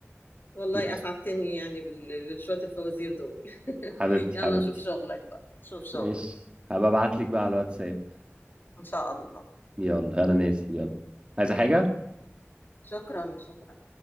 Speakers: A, on the left; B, on the right.
A: والله
B: ماشي
A: اسعدتني يعني بال- بشويه الفوازير دول <laughs>
B: حبيبتي
A: يلا
B: حبيبتي
A: شوف شغلك بقى شوف شغلك
B: ماشي هبقى ابعت لك بقى
A: يلا
B: على الواتساب
A: ان شاء الله
B: يلا انا نازل يلا عايزه حاجه
A: شكرا شكرا